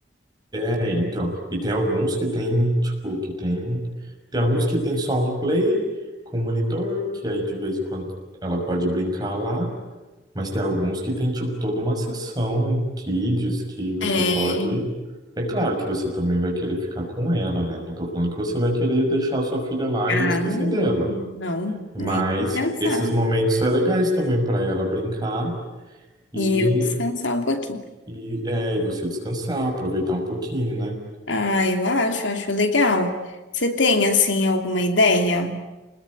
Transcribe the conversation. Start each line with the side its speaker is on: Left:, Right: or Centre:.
Right: É, então. E tem alguns que tem, tipo, que tem. Tem alguns que tem só um play com monitor, que aí de vez em quando ela pode brincar lá. Mas tem alguns que tem, tipo, toda uma sessão kids que você
Left: É...
Right: pode. É claro que você também vai querer ficar com ela, né? Não tô falando que você vai querer deixar sua filha lá
Left: Ah,
Right: e esquecer
Left: não,
Right: dela.
Left: não,
Right: Mas
Left: nem pensar.
Right: esses momentos são legais também para ela brincar e,
Left: E eu descansar um pouquinho.
Right: e, é, e você descansar, aproveitar um pouquinho, né?
Left: Ah, eu acho, acho legal. Você tem, assim, alguma ideia